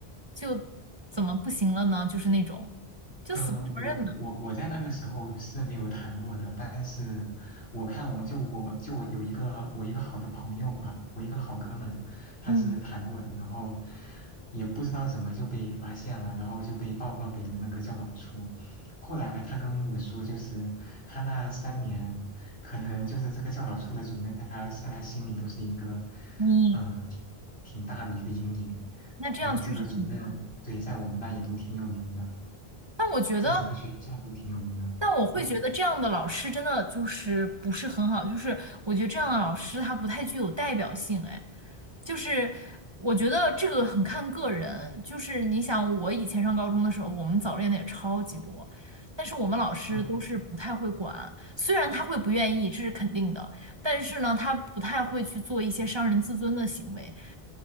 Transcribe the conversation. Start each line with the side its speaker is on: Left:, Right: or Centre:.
Right: 就怎么不行了呢？就是那种，就死不承认嘛。
Left: 嗯，我我我在那个时候是没有谈过的，但是我看我就我们就我有一个我一个好的朋友吧，我一个好哥们，他是谈过的，
Right: 嗯，
Left: 然后也不知道怎么就被发现了，然后就被报告给了那个教导处。后来他跟我说，就是他那三年，可能就是这个教导处的主任在他在他心里都是一个，
Right: 你
Left: 嗯、挺挺大的一个阴影。
Right: 那这样确实挺不好，
Left: 然后这个主任对在我们那也都挺有名的。
Right: 但我觉得。
Left: 在整个学校都挺有名的。
Right: 但我会觉得这样的老师真的就是不是很好，
Left: 嗯
Right: 就是我觉得这样的老师他不太具有代表性，哎，就是我觉得这个很看个人，就是你想我以前上高中的时候，我们早恋的也超级多，但是我们老师都是不太会管，
Left: 嗯，
Right: 虽然他会不愿意，这是肯定的，但是呢，他不太会去做一些伤人自尊的行为，